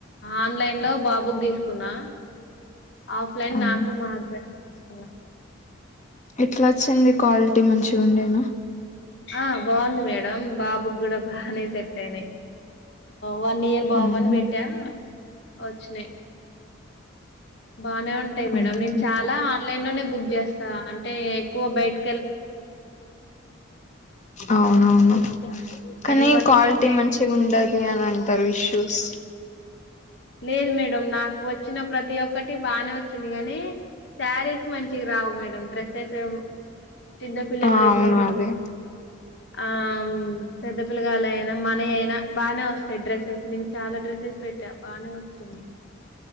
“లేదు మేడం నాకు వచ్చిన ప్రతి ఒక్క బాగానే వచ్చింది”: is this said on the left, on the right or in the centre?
Left